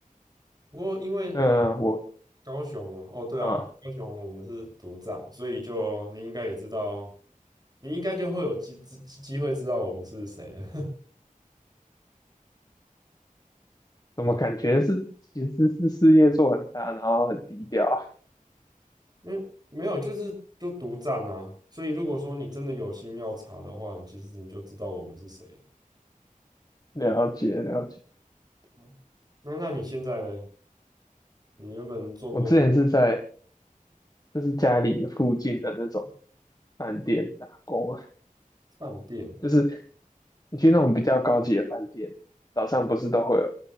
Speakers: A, on the right; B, on the left.
A: 不过因为
B: 那我
A: 高雄哦，哦对啊，
B: 啊，
A: 高雄我们是独占，所以就你应该也知道，你应该就会有机机机会知道我们是谁了。<laughs>
B: 怎么感觉是其实是事业做很大，
A: 好，
B: 然后很低调啊？
A: 没没有，就是就独占啊。所以如果说你真的有心要查的话，你其实你就知道我们是谁了。
B: 了解了解，
A: 对吧那那你现在呢？你原本做过什么
B: 我之前是在就是家里附近的那种饭店打工啊。
A: 饭店？
B: 就是。你去那种比较高级的饭店，早上不是都会有